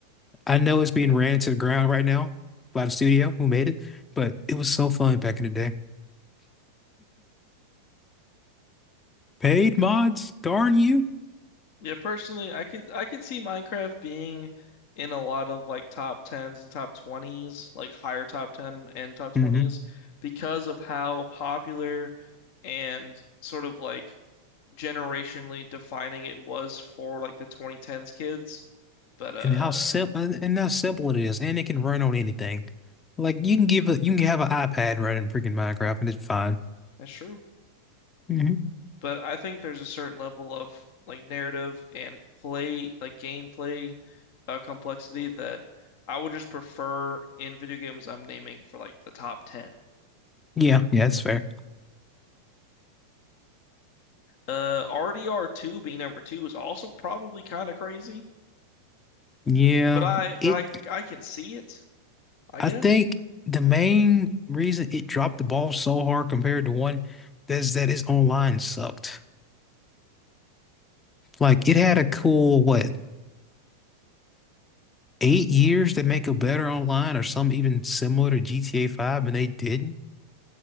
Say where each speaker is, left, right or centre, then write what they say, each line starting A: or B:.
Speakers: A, on the left; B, on the left.
A: I know it's being ran to the ground right now by the studio who made it, but it was so fun back in the day. Paid mods, darn you.
B: Yeah, personally, I could I could see Minecraft being in a lot of like top 10s and top 20s, like higher top 10 and top 20s
A: hmm
B: because of how popular and sort of like generationally defining it was for like the 2010s kids. But uh
A: And how simple and how simple it is, and it can run on anything. Like you can give a you can have an iPad running freaking Minecraft, and it's fine.
B: that's true.
A: hmm
B: But I think there's a certain level of like narrative and play, like gameplay uh complexity that I would just prefer in video games I'm naming for like the top 10.
A: Yeah, yeah, that's fair.
B: Uh, RDR2 being number two is also probably kind of crazy,
A: Yeah,
B: but I but
A: it.
B: I I can see it, I
A: I
B: guess.
A: think the main reason it dropped the ball so hard compared to one is that its online sucked. Like it had a cool what eight years to make a better online or some even similar to GTA 5 and they didn't